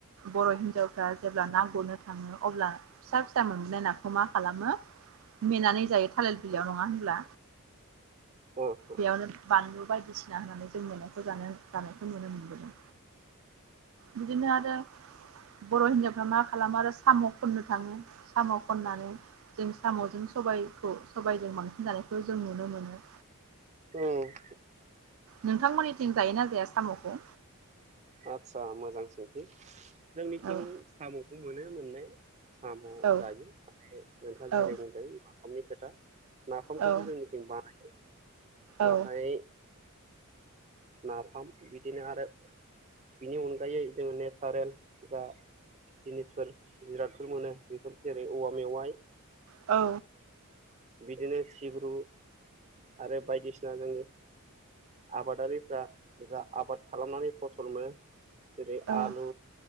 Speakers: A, on the right; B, on the right.
A: बर' हिनजावफ्रा जेब्ला ना गुरनो थाङो अब्ला <unintelligible> <unintelligible> मोनबोनाय नाखौ मा खालामो मेनानै जायो थालिर बिलयाव नङा होनब्ला
B: औ
A: बेयावनो। बानलु बायदिसिना होनानै जों मेनायखौ जानो जानायखौ नुनो मोनबोदों। बिदिनो आरो बर' हिनजावफ्रा मा खालामो आरो साम' खन्नो थाङो साम' खननानै जों साम'जों सबायखौ सबायजों बांसिन जानायखौ जों नुनो मोनो
B: उम
A: नोंथांमोननिथिं जायो ना जाया साम'खौ
B: आतसा मोजां सोंथि जोंनिथिं
A: औ
B: मिथिं साम'खौ मोनो मोननाय <inaudible> साम'
A: औ
B: जायो माने नोंथाङा जेरै
A: औ
B: बुंदों <unintelligible> खोथा नाफामखौबो
A: औ
B: जोंनिथिं बानायो। नाथाय
A: औ
B: नाफाम बिदिनो आरो बिनि अनगायै जों नेसारेल जा जिनिसफोर जिरादफोर मोनो बेफोर जेरै औवा मेवाइ
A: औ
B: बिदिनो सिब्रु आरो बाय जोंनि आबादारिफ्रा जा आबाद खालामनानै फसल मोनो जेरै
A: औ
B: आलु
A: औ